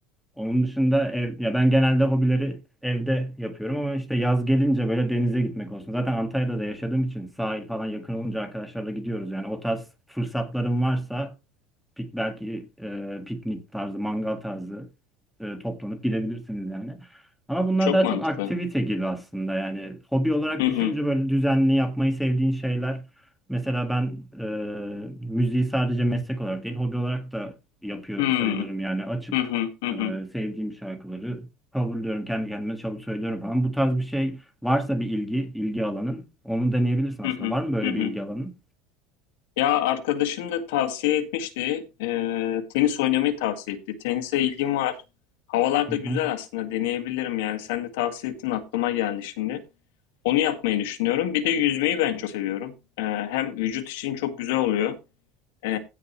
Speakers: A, in the centre; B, on the left (about 80°).
A: Onun dışında ev, ya ben genelde hobileri evde yapıyorum ama işte yaz gelince böyle denize gitmek olsun. Zaten Antalya'da da yaşadığım için sahil falan yakın olunca arkadaşlarla gidiyoruz. Yani o tarz fırsatlarım varsa Pik belki e, piknik tarzı, mangal tarzı e, toplanıp gidebilirsiniz yani. Ama bunlar
B: Çok
A: daha
B: mantıklı.
A: çok aktivite gibi aslında yani hobi olarak
B: Hı
A: düşününce
B: hı.
A: böyle düzenli yapmayı sevdiğin şeyler. Mesela ben e, müziği sadece meslek olarak değil hobi olarak da yapıyor
B: Hmm,
A: sayılırım yani açıp
B: hı hı, hı hı,
A: e, sevdiğim şarkıları coverlıyorum kendi kendime çalıp söylüyorum falan. Bu tarz bir şey varsa bir ilgi, ilgi alanın onu deneyebilirsin aslında.
B: hı hı,
A: Var mı böyle
B: hı hı.
A: bir ilgi alanın?
B: Ya arkadaşım da tavsiye etmişti. Ee, tenis oynamayı tavsiye etti. Tenise ilgim var. Havalar
A: Hı
B: da
A: hı.
B: güzel aslında. Deneyebilirim yani. Sen de tavsiye ettin aklıma geldi şimdi. Onu yapmayı düşünüyorum. Bir de yüzmeyi ben çok seviyorum. Ee, hem vücut için çok güzel oluyor. Ee,